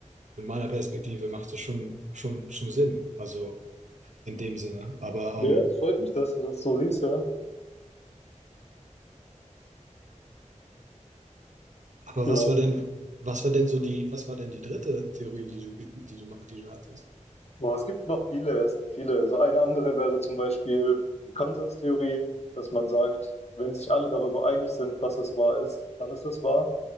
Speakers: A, on the right; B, on the left.
A: meiner Perspektive macht es schon, schon, schon Sinn. Also in dem Sinne. Aber,
B: Ja,
A: ähm,
B: es freut mich, dass du das so siehst, ja.
A: aber
B: Ja,
A: was war denn, was war denn so die, was war denn die dritte Theorie, die du, die du, die du hattest?
B: Boah, es gibt noch viele, es gibt viele. So eine andere wäre zum Beispiel die Konsenstheorie, dass man sagt, wenn sich alle darüber einig sind, dass es wahr ist, dann ist es wahr.